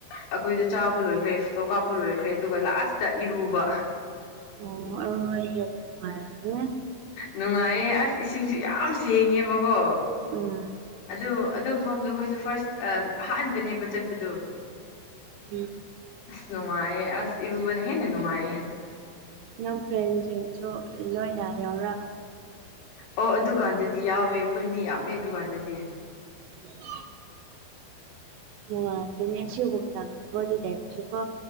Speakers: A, on the left; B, on the right.
A: ꯑꯩꯈꯣꯏꯗ ꯆꯥꯕ ꯂꯣꯏꯈ꯭ꯔꯦ ꯇꯣ ꯀꯥꯞꯄ ꯂꯣꯏꯈ꯭ꯔꯦ ꯑꯗꯨꯒ ꯂꯥꯁꯇ ꯏꯔꯨꯕ
B: ꯑꯣ ꯑ ꯑꯩꯗ ꯅꯨꯡꯉꯥꯏꯔꯝꯦ
A: ꯅꯨꯡꯉꯥꯏꯌꯦ ꯑꯁ ꯏꯁꯤꯡꯁꯨ ꯌꯥꯝ ꯁꯦꯡꯉꯦꯕꯀꯣ
B: ꯎꯝ
A: ꯑꯗꯨ ꯑꯗꯨ ꯃꯐꯝꯗ ꯑꯩꯈꯣꯏꯁꯨ ꯐꯥꯔꯁ ꯑ ꯍꯥꯥꯟꯕꯅꯦꯕ ꯆꯠꯄꯗꯣ
B: ꯎꯝ
A: ꯑꯁ ꯅꯨꯡꯉꯥꯏꯌꯦ ꯑꯁ ꯏꯔꯨꯕꯅ ꯍꯦꯟꯅ ꯅꯨꯡꯉꯥꯏꯌꯦ
B: ꯅꯪ ꯐ꯭ꯔꯦꯟꯁꯤꯡꯁꯨ ꯂꯣꯏꯅ ꯌꯥꯎꯔꯝꯃꯤ
A: ꯑꯣ ꯑꯗꯨꯀꯥꯟꯗꯗꯤ ꯌꯥꯎꯋꯦ ꯑꯩꯈꯣꯏ ꯃꯤ ꯌꯥꯝꯃꯦ ꯑꯗꯨꯀꯥꯟꯗꯗꯤ
B: <inaudible> ꯃꯅꯨꯡꯉ ꯀꯅꯤ ꯑꯁꯤꯒꯨꯝꯅ ꯃꯔꯤ ꯂꯩꯕꯁꯨ ꯀꯣ